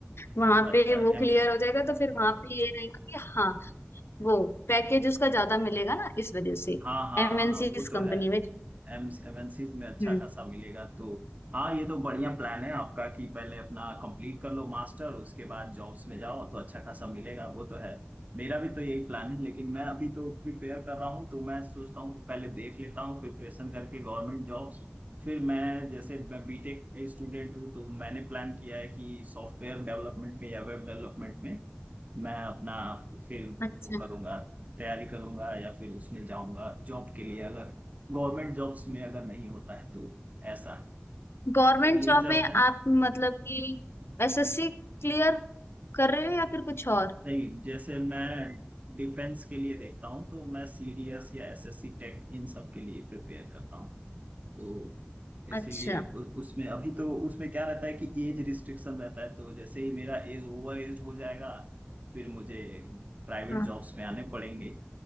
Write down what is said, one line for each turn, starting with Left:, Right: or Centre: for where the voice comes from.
Left: वहां
Right: अच्छा
Left: पे वो क्लियर
Right: एम
Left: हो जाएगा तो फिर वहां पे ये रहेगा कि हाँ वो पैकेज उसका ज्यादा मिलेगा ना इस वजह से
Right: हाँ हाँ
Left: एमएनसी
Right: हाँ वो तो
Left: कंपनी
Right: है
Left: में
Right: एम एमएनसीज में अच्छा
Left: हम्म
Right: खासा मिलेगा तो हाँ ये तो बढ़िया प्लान है आपका कि पहले अपना कंप्लीट कर लो मास्टर उसके बाद जॉब्स में जाओ तो अच्छा खासा मिलेगा वो तो है मेरा भी तो यही प्लान है लेकिन मैं अभी तो प्रिपेयर कर रहा हूँ तो मैं सोचता हूँ कि पहले देख लेता हूँ प्रिपरेशन करके गवर्नमेंट जॉब्स फिर मैं जैसे मैं बीटेक स्टूडेंट हूँ तो मैंने प्लान किया है कि सॉफ्टवेयर डेवलपमेंट में या वेब डेवलपमेंट में मैं अपना फिर
Left: अच्छा
Right: वो करूंगा तैयारी करूंगा या फिर उसमें जाऊंगा जॉब के लिए अगर गवर्नमेंट जॉब्स में अगर नहीं होता है तो ऐसा
Left: गवर्नमेंट
Right: तो यही
Left: जॉब
Right: सब
Left: में
Right: है
Left: आप मतलब कि एसएससी क्लियर कर रहे हो या फिर कुछ और
Right: नहीं जैसे मैं डिफेंस के लिए देखता हूँ तो मैं सीडीएस या एसएससी टेक इन सब के लिए प्रिपेयर करता हूँ तो इसलिए
Left: अच्छा
Right: उ- उसमें अभी तो उसमें क्या रहता है कि एज रिस्ट्रिक्शन रहता है तो जैसे ही मेरा एज ओवर एज हो जाएगा फिर मुझे प्राइवेट
Left: हाँ
Right: जॉब्स में आने पड़ेंगे